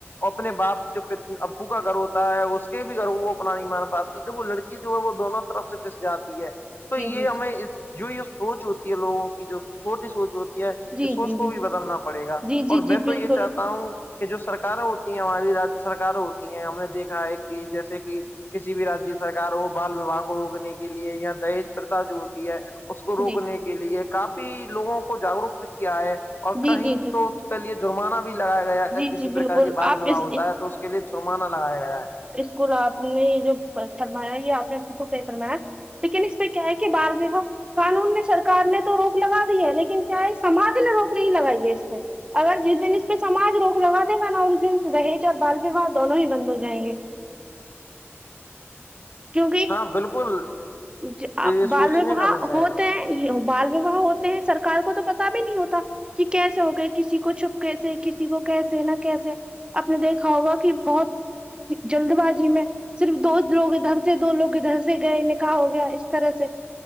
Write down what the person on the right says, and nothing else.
جی
جی جی
جی
جی جی
جی جی
جی
بالکل
جی
جی
جی جی
جی
جی بالکل
آپ
اس
اسکو آپ نے یہ جو فرمایا یہ آپ نے بلکل سھی فرمایا لیکن اس پہ کیا ہے کہ بال وواہ قانون نے سرک نے تو روک لگا دی ہے لیکن کیا اس سماج نے روک نہیں لگائی ہے اس پہ اگر جس دن اس پہ سماج روک لاگا دے گا نا اس دن دہیج اور بال وواہ دونوں ہی بند ہو جائیں گے کیونکہ
جی
بال
وواہ
ہوتے
ہیں یہ بال وواہ ہوتے ہیں سرار کو تو پتا بھی نہیں ہوتا کہ کیسے ہو گئے کسی کو چھپکیسے کسی کو کیسے نہ کیسے آپ نے دیکھا ہوگا کہ بہت جلد بازی میں صرف دو لوگ ادھر سے دو لوگ ادھر سے گئے نکا ح ہو گیا اس طرح سے